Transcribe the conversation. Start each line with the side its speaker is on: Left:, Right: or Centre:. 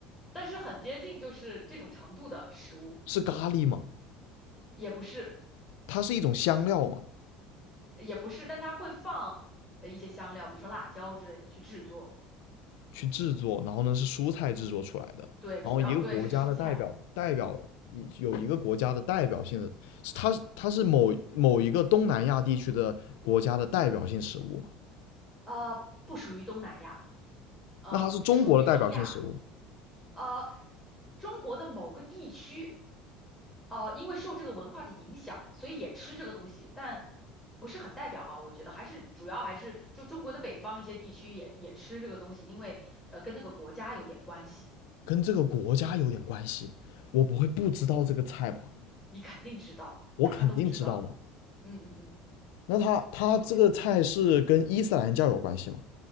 Centre: 但是很接近，就是这种程度的食物，
Left: 是咖喱吗？
Centre: 也不是，
Left: 它是一种香料吗？
Centre: 也不是，但它会放呃一些香料，比如说辣椒之类的去制作。
Left: 去制作，然后呢是蔬菜制作出来的。
Centre: 对，
Left: 然后一个国家的代表代表
Centre: 主要对是蔬菜，
Left: 有一个国家的代表性的，是它它是某某一个东南亚地区的国家的代表性食物嘛？
Centre: 呃，不属于东南亚，呃，
Left: 那它是中国的代表性食物
Centre: 属于东亚，呃，中国的某个地区，呃，因为受这个文化的影响，所以也吃这个东西，但不是很代表吧？我觉得还是主要还是就中国的北方一些地区也也吃这个东西，因为呃跟那个国家有点关系，
Left: 跟这个国家有点关系。我不会不知道这个菜吧？
Centre: 你肯定知道，
Left: 我肯定知道嘛。
Centre: 大家都知道，嗯嗯嗯。
Left: 那它它这个菜是跟伊斯兰教有关系吗？